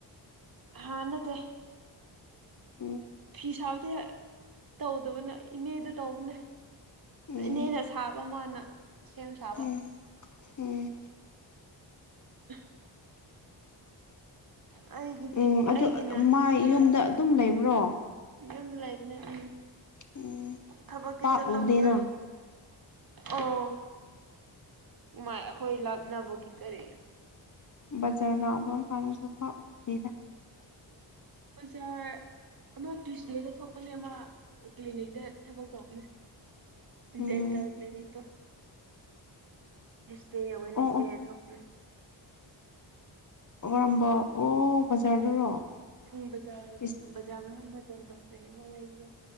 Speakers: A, on the right (about 50°); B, on the left (about 40°).
A: ꯍꯥ ꯅꯠꯇꯦ
B: ꯎꯝ
A: ꯐꯤ ꯁꯥꯕꯗꯤ ꯇꯧꯗꯕꯅꯦ ꯏꯅꯦꯗꯤ ꯇꯧꯕꯅꯦ
B: ꯎꯝ
A: ꯏꯅꯦꯅ ꯁꯥꯕ ꯃꯥꯅ ꯁꯦꯝ ꯁꯥꯕ
B: ꯎꯝ ꯎꯝ
A: <unintelligible> ꯑꯩꯒꯤꯗꯤ
B: ꯎꯝ ꯑꯗꯨ
A: ꯑꯩꯒꯤꯅ
B: ꯑ ꯑ ꯃꯥ
A: ꯎꯝ
B: ꯌꯨꯝꯗ ꯑꯗꯨꯝ ꯂꯩꯕ꯭ꯔꯣ
A: ꯌꯨꯝꯗ ꯂꯩꯕꯅꯦ ꯎꯝ
B: ꯎꯝ
A: ꯊꯕꯛꯇꯤ
B: ꯄꯥꯛ
A: ꯆꯠꯂꯝꯒ
B: ꯎꯗꯦꯅ
A: ꯑꯣ ꯃꯥꯏ ꯑꯈꯣꯏ ꯂꯥꯞꯅꯕꯒꯤ ꯀꯔꯤ
B: ꯕꯖꯥꯔ ꯂꯥꯛꯄ ꯀꯥꯟꯗꯁꯨ ꯄꯥꯛ ꯗꯦꯗ
A: ꯕꯖꯥꯔ ꯑꯃ ꯇ꯭ꯌꯨꯁꯗꯦꯗ ꯊꯣꯛꯄꯅꯦ ꯃꯥ ꯀ꯭ꯂꯤꯅꯤꯛꯇ ꯊꯕꯛ ꯇꯧꯕꯅꯦ
B: ꯎꯝ
A: ꯗꯦꯟꯇꯦꯜ ꯀ꯭ꯂꯤꯅꯤꯛꯇꯣ ꯇ꯭ꯌꯨꯁꯗꯦ ꯋꯦꯗꯅꯁꯗꯦ
B: ꯑꯣ ꯑꯣ
A: ꯊꯣꯛꯄꯅꯦ
B: ꯑꯣꯔꯝꯕ ꯑꯣ ꯕꯖꯥꯔꯗꯔꯣ
A: ꯎꯝ ꯕꯖꯥꯔꯒꯤ
B: ꯏꯁ
A: ꯕꯖꯥꯔ ꯃꯅꯨꯡꯗ ꯗꯦꯟꯇꯦꯜ ꯀ꯭ꯂꯤꯅꯤꯛ ꯑꯃ ꯂꯩꯕꯗꯣ